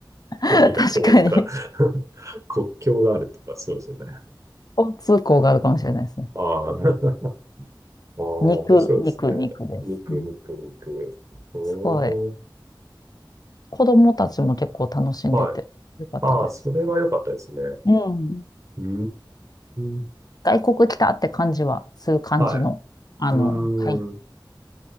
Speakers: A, on the left; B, on the right.
A: <laughs>
B: う、<laughs> 海が遠いから
A: 確かに。
B: <laughs> 国境があるっていうか、そうですよね。
A: 交通校があるかもしれないですね。
B: <laughs> ああ、<laughs> ああ面白いですね。
A: 肉、肉、肉です。
B: 肉、
A: うん、
B: 肉、肉。おー、
A: すごい。子供たちも結構楽しんでてよかったです。
B: はい。ああ、それは良かったですね。
A: うん。
B: うーん。
A: 外国来たって感じはする感じの、
B: はい。
A: あの、
B: う
A: 会
B: ーん。